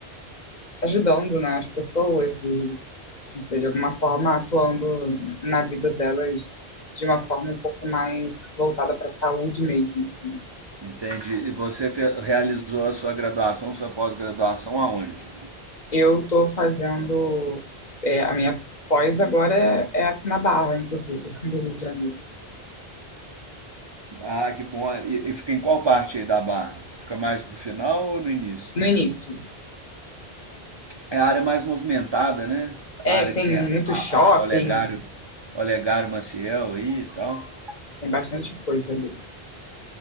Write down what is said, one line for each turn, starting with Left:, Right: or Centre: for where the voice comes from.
Left: ajudando, né, as pessoas e não sei, de alguma forma atuando na vida delas de uma forma um pouco mais voltada para a saúde mesmo, assim.
Right: Entendi. E você fe- realizou a sua graduação, sua pós-graduação aonde?
Left: Eu estou fazendo, é, a minha pós agora é, é aqui na Barra, inclusive, <laughs> do Rio de Janeiro.
Right: Ah, que bom. E, e fica em qual parte aí da barra? Fica mais pro final ou no início?
Left: No início.
Right: É a área mais movimentada, né?
Left: É,
Right: A área
Left: tem
Right: que tem a,
Left: muito
Right: a,
Left: shopping,
Right: a Olegário, Olegário Maciel aí e tal.
Left: tem bastante coisa ali.